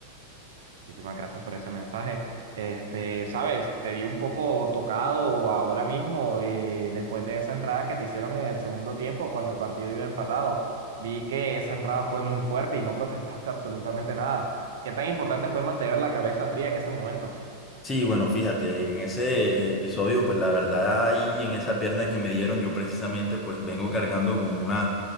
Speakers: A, on the right (about 85°); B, on the left (about 15°).
A: Muchísimas gracias por ese mensaje. Este, sabes, te vi un poco tocado ahora mismo, eh, después de esa entrada que te hicieron en el segundo tiempo, cuando el partido iba empatado. Vi que esa entrada fue muy fuerte y no protestaste absolutamente nada. ¿Qué tan importante fue mantener la cabeza fría en ese momento?
B: Sí, bueno, fíjate, en ese episodio, pues la verdad ahí en esa pierna que me dieron, yo precisamente pues vengo cargando con una,